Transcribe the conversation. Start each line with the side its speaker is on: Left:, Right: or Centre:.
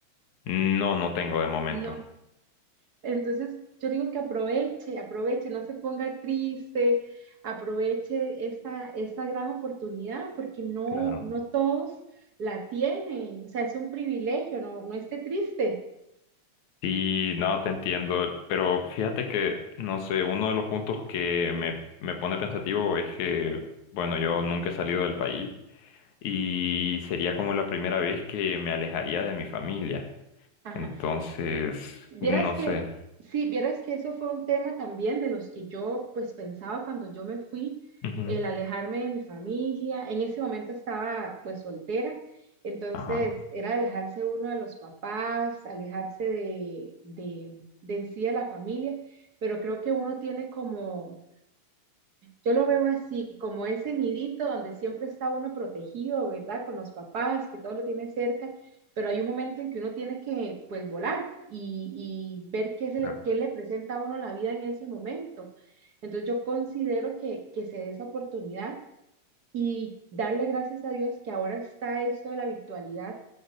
Left: no, no tengo de momento.
Right: No, Entonces, yo digo que aproveche, aproveche, no se ponga triste, aproveche esta, esta gran oportunidad porque no,
Left: Claro.
Right: no todos la tienen, o sea, es un privilegio, no, no esté triste.
Left: Sí, no, te entiendo, pero fíjate que, no sé, uno de los puntos que me, me pone pensativo es que, bueno, yo nunca he salido del país y sería como la primera vez que me alejaría de mi familia.
Right: Ajá.
Left: Entonces,
Right: Vieras
Left: no
Right: que,
Left: sé.
Right: sí, vieras que eso fue un tema también de los que yo pues pensaba cuando yo me fui,
Left: Ujú,
Right: el alejarme de mi familia. En ese momento estaba pues soltera, entonces
Left: Ajá,
Right: era alejarse uno de los papás, alejarse de, de, de en sí de la familia, pero creo que uno tiene como yo lo veo así, como ese nidito donde siempre está uno protegido, ¿verdad? Con los papás, que todo lo tiene cerca, pero hay un momento en que uno tiene que, pues, volar y, y ver qué, se
Left: claro,
Right: le, qué le presenta a uno la vida en ese momento. Entonces yo considero que, que se dé esa oportunidad y darle gracias a Dios que ahora está esto de la virtualidad